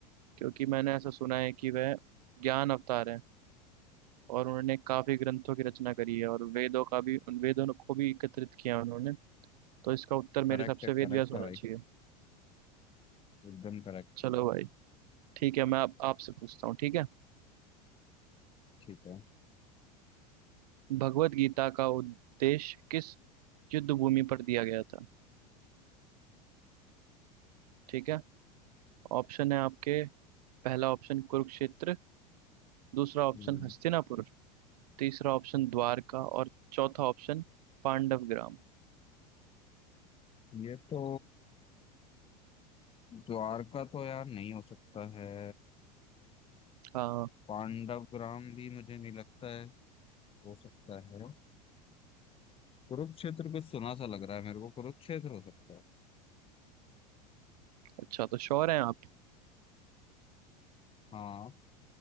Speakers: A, on the right; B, on the left.
A: क्योंकि मैंने ऐसा सुना है कि वह ज्ञान अवतार है और उन्होंने काफी ग्रंथों की रचना करी है और वेदों का भी उन वेदों को भी एकत्रित किया उन्होंने तो इसका उत्तर मेरे
B: करेक्ट
A: हिसाब
B: है
A: से
B: करेक्ट
A: वेद व्यास होना
B: है भाई
A: चाहिए
B: एकदम करेक्ट
A: चलो भाई ठीक है मैं आप आपसे पूछता हूँ ठीक है
B: ठीक है
A: भगवत गीता का उद्देश्य किस युद्ध भूमि पर दिया गया था ठीक है ऑप्शन है आपके पहला ऑप्शन कुरुक्षेत्र दूसरा ऑप्शन
B: हम्म,
A: हस्तिनापुर तीसरा ऑप्शन द्वारका और चौथा ऑप्शन पांडव ग्राम
B: ये तो द्वारका तो यार नहीं हो सकता है
A: हाँ
B: पांडव ग्राम भी मुझे नहीं लगता है हो सकता है कुरुक्षेत्र कुछ सुना सा लग रहा है मेरे को कुरुक्षेत्र हो सकता है
A: अच्छा तो श्योर हैं आप
B: हाँ